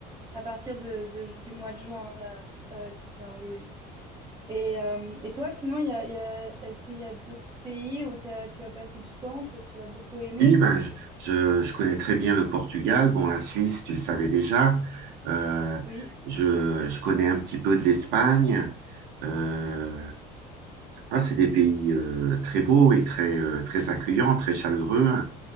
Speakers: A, on the right; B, on the right.
A: à partir de, de- du mois de juin là, euh, qui vient, oui. oui. Et, euh, et toi, sinon, il y a, il y a- est-ce qu'il y a d'autres pays où t'as- tu as passé du temps, que tu as beaucoup aimé?
B: Oui, ben, je, je- je connais très bien le Portugal. Bon, la Suisse, tu le savais déjà. Euh,
A: Oui.
B: je, je connais un petit peu de l'Espagne. Euh, Ah, c'est des pays euh, très beaux et très, euh, très accueillants, très chaleureux, hein,